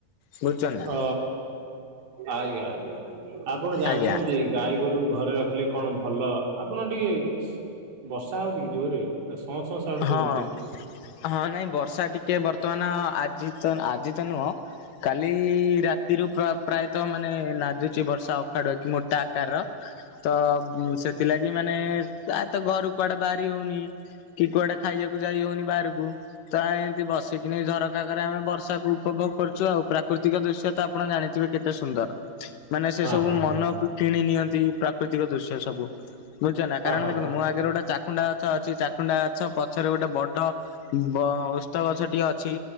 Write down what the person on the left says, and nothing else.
ବୁଝୁଛନ୍ତି ନା
ଆଜ୍ଞା।
ହଁ ହଁ ନାଇଁ ବର୍ଷା ଟିକେ ବର୍ତ୍ତମାନ ଆଜି ତ ଆଜି ତ ନୁହଁ। କାଲି ରାତିରୁ ପ୍ର ପ୍ରାୟତଃ ମାନେ ନାଦୁଚି ବର୍ଷା ଅଖାଡୁକ ମୋଟା ଆକାରର। ତ ସେଥିଲାଗି ମାନେ ଆ ତ ଘରୁ କୁଆଡେ ବାହାରି ହଉନି। କି କୁଆଡେ ଖାଇବାକୁ ଯାଇ ହଉନି ବାହାରକୁ। ତ ଏମିତି ବସିକିନି ଝରକା କରେ ଆମେ ବର୍ଷାକୁ ଉପଭୋଗ କରୁଛୁ। ଆଉ ପ୍ରାକୃତିକ ଦୃଶ୍ୟ ତ ଆପଣ ଜାଣିଥିବେ କେତେ ସୁନ୍ଦର। ମାନେ ସେ
ସବୁ
ମନକୁ
କିଣି ନିଅନ୍ତି। ପ୍ରା ପ୍ରାକୃତିକ ଦୃଶ୍ୟ ସବୁ। ବୁଝିଛନା କାରଣ
ଦେଖୁ ମୋ ଆଗରେ ଗୋଟେ ଚାକୁୁଣ୍ଡା ଗଛ ଅଛି। ଚାଖୁଣ୍ଡା ଗଛ ପଛରେ ଗୋଟେ ବଡ ବ ଓସ୍ତ ଗଛଟିଏ ଅଛି।